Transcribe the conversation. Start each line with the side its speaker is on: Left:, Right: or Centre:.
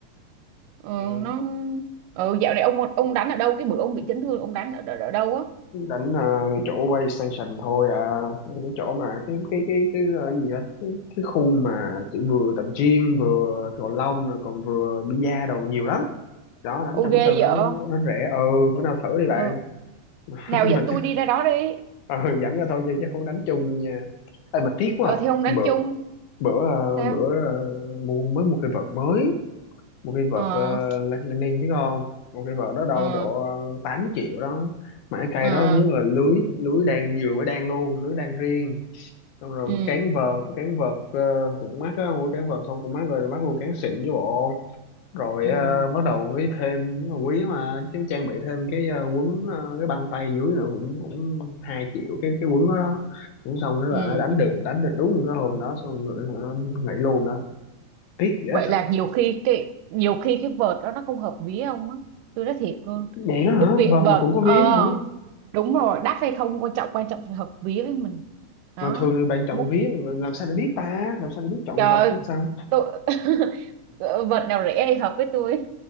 Right: Ừ,
Left: Ừ.
Right: nó ừ, dạo này ông ông đánh ở đâu cái bữa ông bị chấn thương ông đánh ở, ở, ở đâu á?
Left: đánh ờ, ngay chỗ quay station thôi à cái chỗ mà cái cái cái cái, ờ, gì á cái, cái khu mà chỉ vừa tập gym vừa cầu lông rồi còn vừa bida đồ nhiều lắm đó đánh
Right: Ô
Left: trong
Right: ghê
Left: cái sân nó
Right: vậy.
Left: nó, nó nó rẻ ừ bữa nào thử đi bạn
Right: Ừ.
Left: <laughs>
Right: Nào dẫn
Left: mà
Right: tôi
Left: chắc
Right: đi ra đó đi.
Left: ờ, dẫn ra thôi chứ chắc không đánh chung đâu nha Ê, mà tiếc quá
Right: Ờ
Left: à.
Right: thì ông đánh
Left: bữa
Right: chung
Left: bữa ờ,
Right: sao?
Left: bữa ờ, mua mới mua cái vợt mới một cái vợt
Right: Ờ
Left: uh, Lenin biết không một cái vợt đó đâu
Right: ờ
Left: độ uh, 8 triệu đó mà cái cây
Right: ờ
Left: đó nhất là lưới lưới đan vừa mới đan luôn lưới đan riêng xong rồi
Right: ừ
Left: cán vợt cán vợt ờ, cũng mắc á mua cán vợt xong cũng mắc rồi bắt luôn cán xịn với bộ rồi
Right: ừ
Left: ờ,
Right: ừ
Left: bắt đầu với thêm quý mà chứ trang bị thêm cái ờ, quấn ờ, cái băng tay dưới nữa cũng cũng hai triệu cái cái quấn đó, đó. cũng xong đó
Right: ừ.
Left: là đánh được đánh được đúng cái hôm đó xong rồi hả, nghỉ luôn đó tiếc dễ
Right: vậy
Left: sợ
Right: là nhiều khi cái nhiều khi cái vợt đó nó không hợp ví ông á tôi nói thiệt luôn
Left: vậy đó hả
Right: cái việc
Left: vợt
Right: vợt
Left: mà cũng có
Right: ờ
Left: vía hả
Right: đúng rồi đắt hay không quan trọng quan trọng phải hợp ví với mình đó
Left: mà thường thì bạn chọn
Right: Mu-
Left: vía mà làm sao để biết ta làm sao để biết chọn
Right: trời
Left: vật nữa sao
Right: tôi <laughs> vợt nào rẻ thì hợp với tôi